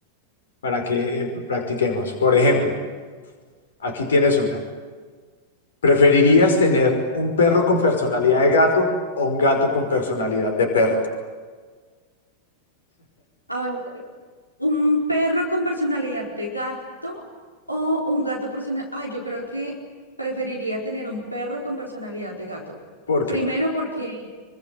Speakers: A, on the left; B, on the left.
A: para que eh, practiquemos. Por ejemplo, aquí tienes una. ¿Preferirías tener un perro con personalidad de gato o un gato con personalidad de perro?
B: A ver, ¿un perro con personalidad de gato o un gato personal? Ay, yo creo que preferiría tener un perro con personalidad de gato.
A: ¿Por qué?
B: Primero porque